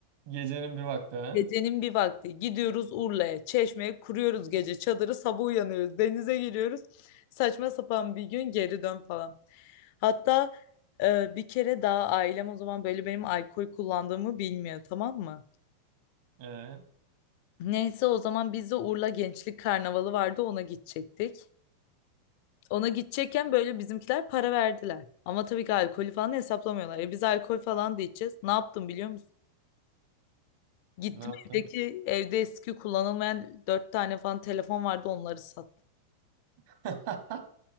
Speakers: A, on the right; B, on the left.
A: Gecenin bir vakti ha?
B: Gecenin bir vakti gidiyoruz Urla'ya, Çeşme'ye kuruyoruz gece çadırı. Sabah uyanıyoruz, denize giriyoruz. Saçma sapan bir gün geri dön falan. Hatta e, bir kere daha ailem o zaman böyle benim alkol kullandığımı bilmiyor tamam mı?
A: E,
B: Neyse o zaman biz de Urla Gençlik Karnavalı vardı ona gidecektik. Ona gidecekken böyle bizimkiler para verdiler. Ama tabii ki alkolü falan hesaplamıyorlar. E biz alkol falan da içeceğiz. Ne yaptım biliyor musun? Gittim
A: ne yaptın?
B: evdeki evde eski kullanılmayan dört tane falan telefon vardı onları sattım.
A: <laughs>